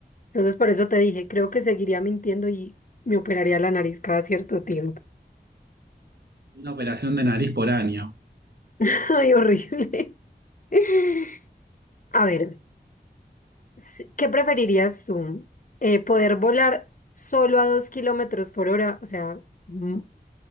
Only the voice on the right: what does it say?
Una operación de nariz por año.